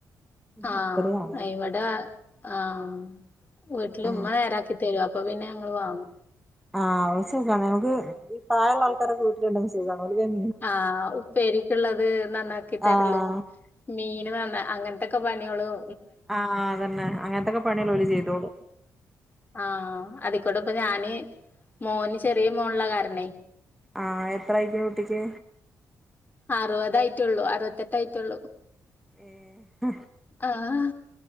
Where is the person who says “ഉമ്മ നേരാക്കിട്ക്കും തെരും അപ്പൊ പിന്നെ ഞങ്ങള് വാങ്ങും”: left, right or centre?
Left